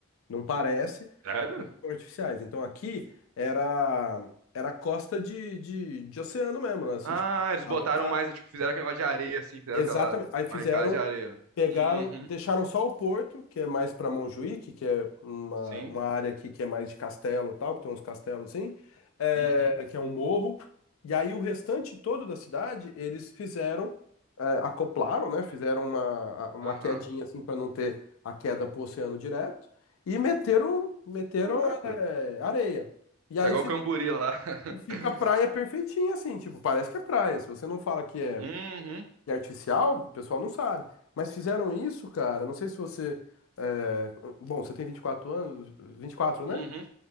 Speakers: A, on the left; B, on the right.
A: Não parece,
B: Sério?
A: mas elas são artificiais. Então aqui era era costa de, de, de oceano mesmo, né? Assim,
B: Ah,
A: tipo,
B: eles
A: dava
B: botaram
A: pra.
B: mais, tipo, fizeram aquele negócio de areia, assim, fizeram
A: Exatamente.
B: aquela
A: Aí fizeram
B: barricada de areia.
A: Pegaram,
B: Uhum,
A: deixaram só o Porto, que é mais para Montjuïc, que é uma,
B: sim,
A: uma área aqui que é mais de castelo e tal, que tem uns castelos assim, é,
B: uhum,
A: que é um morro. E aí o restante todo da cidade, eles fizeram, é, acoplaram, né? Fizeram uma, a- uma
B: aham.
A: quedinha assim para não ter a queda pro oceano direto e meteram, meteram,
B: Caraca,
A: é, areia. E aí
B: tá igual
A: fica,
B: o Camburi lá.
A: e fica
B: <laughs>
A: a praia perfeitinha assim, tipo, parece que é praia. Se você não fala que é
B: Uhum,
A: e artificial, o pessoal não sabe. Mas fizeram isso, cara. Não sei se você. é, Bom, você tem 24 anos, 24, né?
B: uhum.